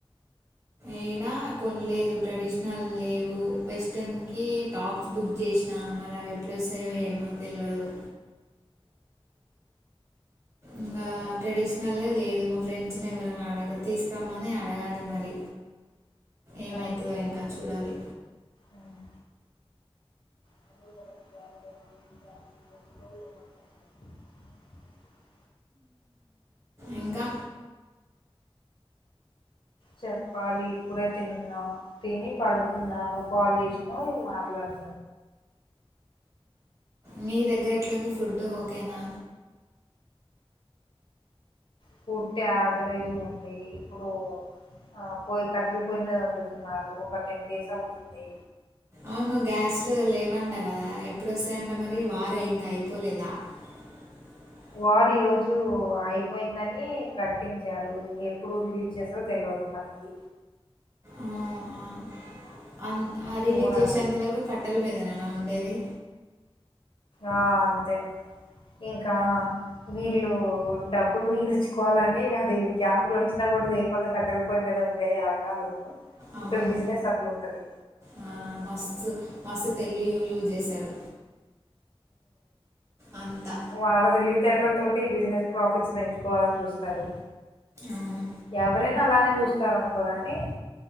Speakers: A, on the right; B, on the left.
A: ఏడా కొనలేదు ట్రెడిషనల్ లేవు వెస్ట్ టాప్స్ బుక్ చేసినా మరి ఎప్పుడు వస్తాయో
B: ఉమ్,
A: ఏమో తెలియదు ఇంకా ట్రెడిషనల్ లేదు మా ఫ్రెండ్స్ని ఎవరైనా అడగ తీసుకురమ్మని అడగాలి మరి ఏమైతుందో
B: ఓకే
A: ఇంకా చూడాలి
B: ఉమ్, <inaudible>
A: ఇంకా
B: చెప్పాలి ఇప్పుడే తిన్నా తిని పడుకున్నాను నువ్వు కాల్ చేసినవ్ మాట్లాడుతున్న
A: మీ దగ్గర ఎట్లుంది ఫుడ్ ఓకేనా
B: ఫుడ్ యావరేజ్ ఉంది ఇప్పుడు ఆ పొయ కట్టెల పొయ్య మీద వండుతున్నారు ఒక టెన్ డేస్ అవుతుంది
A: అవును గ్యాస్లు లేవంటా కదా ఎప్పుడొస్తాయంట మరి వార్ ఇంకా అయిపోలేదా <unintelligible>
B: వార్ ఈ రోజు అయిపోయిందని ప్రకటించారు ఎప్పుడు రిలీజ్ చేస్తారో తెలవదు మనకి
A: ఆఓ ఆ అ
B: చూడాలి
A: రిలీజ్ చేసేంత వరకు కట్టల మీదనేనా వండేది
B: ఆ అంతే ఇంకా వీళ్ళు డబ్బులు మిగిల్చుకోవాలని అది గ్యాస్లు వచ్చిన కూడదు కొంత కట్టెల పొయ్యి మీద వన్డే రకాలు
A: అవును
B: ఇక్కడ బిజినెస్ అట్లుంటది
A: ఆ, మస్తు మస్తు తెలివి యూజ్ చేశారు అంతా
B: వాళ తెలివితే ల త ఈ బిజినెస్ ప్రాఫిట్స్ పెంచుకోవాలని చూస్తారు
A: అవును
B: ఎవరైనా అలానే చూస్తార అనుకోగాని